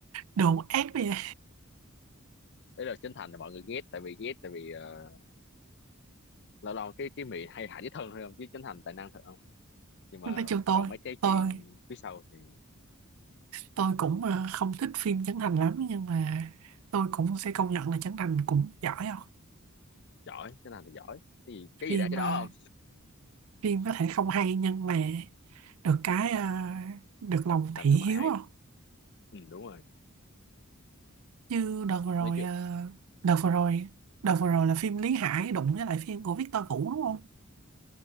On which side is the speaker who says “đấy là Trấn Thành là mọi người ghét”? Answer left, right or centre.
Left